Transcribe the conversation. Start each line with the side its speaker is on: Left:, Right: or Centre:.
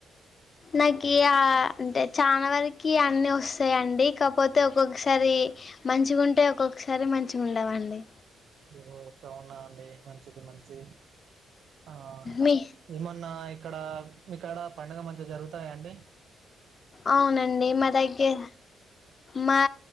Left: నాకు ఆ అంటే చాలా వరకి అన్నిీ వస్తాయిండి కాకపోతే ఒక్కొక్కసారి మంచిగా ఉంటే ఒక్కొక్కసారి మంచిగా ఉండవండి
Right: ఓ అవున అండి మంచిది మంచి ఆ
Left: మీ
Right: ఏమన్నా ఇక్కడ ఇక్కడ పండుగ మంచిగా జరుగుతాయంండి
Left: అవునండి మా దగ్గర మా